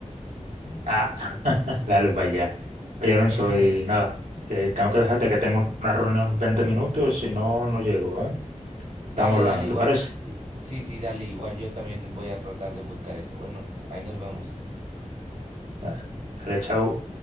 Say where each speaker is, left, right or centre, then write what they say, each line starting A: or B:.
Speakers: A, on the right (about 85°); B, on the right (about 65°).
A: Ah, <laughs> dale para allá. Oye, Alonso,
B: <laughs>
A: y nada, que tengo que dejarte que tengo una reunión en 20 minutos, si no, no llego, ¿eh?
B: Dale,
A: Estamos hablando,
B: dale, igual.
A: ¿te parece?
B: Y- Sí, sí, dale, igual. Yo también voy a tratar de buscar eso. Bueno, ahí nos vemos.
A: Ah, Dale, chao.